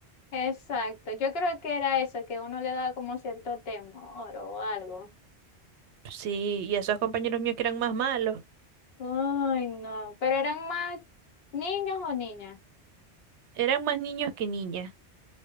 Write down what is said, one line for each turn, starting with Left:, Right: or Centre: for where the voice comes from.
Left: Exacto, yo creo que era eso, que uno le daba como cierto temor o algo.
Right: Sí, y esos compañeros míos que eran más malos,
Left: Ay, no, pero eran más niños o niñas.
Right: eran más niños que niñas.